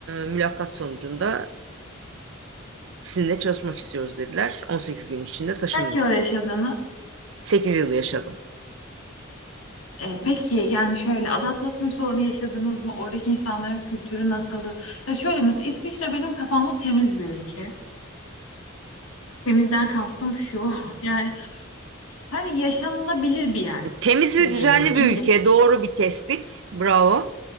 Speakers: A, on the right; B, on the left.
A: mülakat sonucunda sizinle çalışmak istiyoruz dediler. 18 gün içinde taşındım.
B: kaç yıl yaşadınız?
A: 8 yıl yaşadım.
B: E, peki yani şöyle adaptasyon sorunu yaşadınız mı? Oradaki insanların kültürü nasıldı? Ya şöyle mesela İsviçre benim kafamda temiz bir ülke. Temizden kastım şu. <laughs> Yani hani yaşanılabilir bir yer
A: Temiz
B: gibi
A: ve
B: geliyor.
A: düzenli
B: İyi
A: bir ülke.
B: yaşam.
A: Doğru bir tespit. Bravo.